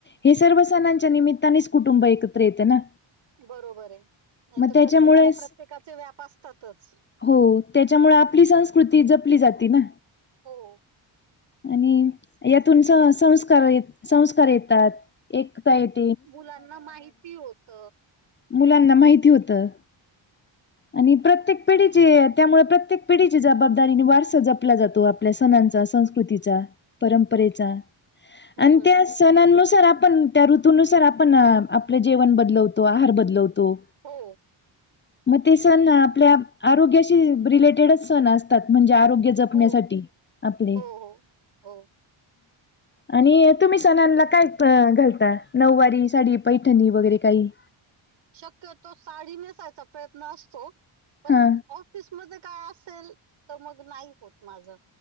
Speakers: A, on the left; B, on the right.
A: हे सर्व सणांच्या निमित्तानेच कुटुंब एकत्र येते ना.
B: बरोबर आहे नाही
A: मग
B: तर
A: त्याच्यामुळेच
B: प्रत्येकाला प्रत्येकाचे व्याप असतातच.
A: हो त्याच्यामुळे आपली संस्कृती जपली जाते ना.
B: हो.
A: आणि यातून संस्कार संस्कार येतात, एकता येत
B: मुलांना माहिती होत.
A: मुलांना माहिती होतं. आणि प्रत्येक पिढीची त्यामुळे प्रत्येक पिढीची जबाबदारी आणि वारसा जप ला जातो आपल्या सणांचा, संस्कृतीचा, परंपरेचा
B: हम्म
A: आणि ते अस सणनुसार आपण त्या ऋतूनुसार आपण आपलं जेवण बदलवो
B: हम्म
A: किंवा आहार बदलवतो
B: हो
A: मग ते सण आपल्या आरोग्याशी रिलेटेडच सण असतात म्हणजे आरोग्य जपण्यासाठी
B: हो
A: आपले
B: हो हो हो.
A: आणि तुम्ही सणांला काय घालता नऊवारी साडी पैठणी वगैरे काही
B: शक्यतो साडी नेसायचा प्रयत्न असतो पण
A: हा
B: ऑफिस म काय असेल तर मग नाही होत माझं